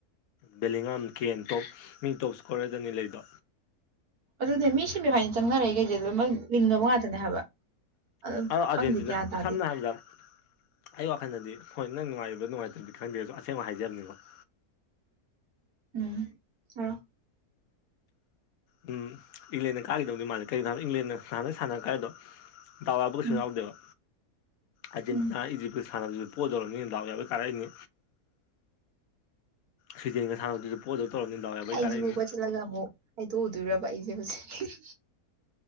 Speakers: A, on the left (about 70°); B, on the right (about 75°).
A: ꯕꯦꯂꯤꯉꯥꯝ ꯀꯦꯟ ꯇꯣꯞ ꯃꯤ ꯇꯣꯞ ꯁꯀꯣꯔ ꯔꯔꯗꯅꯤ ꯂꯩꯗꯣ
B: ꯑꯗꯨꯅꯦ ꯃꯤ ꯁꯤꯃꯤ ꯐꯥꯏꯅꯦꯟ ꯆꯪꯅꯔꯛꯏꯁꯦ ꯈꯧꯁꯦ ꯂꯣꯏꯅꯃꯛ ꯂꯤꯡꯅꯕ ꯉꯥꯛꯇꯅꯦ ꯍꯥꯏꯕ ꯑꯗꯨꯝ
A: ꯑꯧ ꯑꯥꯔꯖꯦꯟꯇꯤꯅꯥ
B: ꯈꯪꯗꯦ ꯒ꯭ꯌꯥꯟ ꯇꯥꯗꯦ
A: ꯁꯝꯅ ꯍꯥꯏꯔꯕꯗ ꯑꯩ ꯋꯥꯈꯜꯗꯗꯤ ꯍꯣꯏ ꯅꯪ ꯅꯨꯡꯉꯥꯏꯕ꯭ꯔꯥ ꯅꯨꯡꯉꯥꯏꯇꯕꯗꯤ ꯈꯪꯗꯦ ꯑꯩꯁꯨ ꯑꯁꯦꯡꯕ ꯍꯥꯏꯖꯕꯅꯤꯕꯀꯣ
B: ꯎꯝ ꯍꯥꯏꯔꯛꯑꯣ
A: ꯎꯝ ꯏꯪꯂꯦꯟꯅ ꯀꯥꯈꯤꯗꯧꯗꯤ ꯃꯥꯜꯂꯤ ꯀꯔꯤꯅꯣ ꯍꯥꯏꯕꯗ ꯏꯪꯂꯦꯟꯅ ꯐ꯭ꯔꯥꯅꯁꯀ ꯁꯥꯟꯅ ꯀꯥꯏꯗꯣ ꯗꯥꯎ ꯌꯥꯕ ꯀꯩꯁꯨ
B: ꯎꯝ
A: ꯌꯥꯎꯗꯦꯕ ꯑꯔꯖꯦꯟꯇꯤꯅꯥꯒ
B: ꯎꯝ
A: ꯏꯖꯤꯞꯀ ꯁꯥꯟꯅꯕꯁꯨ ꯄꯣꯗꯧꯔꯕꯅꯤ ꯗꯥꯎ ꯌꯥꯕꯩ ꯀꯥꯔꯛꯏꯅꯤ ꯁ꯭ꯋꯤꯗꯦꯟꯒ ꯁꯥꯟꯅꯕꯁꯨ ꯄꯣꯗꯧ ꯇꯧꯔꯃꯤ ꯗꯥꯋ ꯌꯥꯕꯩ
B: ꯑꯩꯁꯤꯕꯨ
A: ꯀꯥꯔꯛꯏꯅꯤ
B: ꯎꯕ ꯆꯠꯂꯒ ꯑꯃꯨꯛ ꯍꯥꯏꯗꯣꯛꯎꯗꯣꯏꯔꯕ ꯑꯩꯁꯦ ꯍꯧꯖꯤꯛ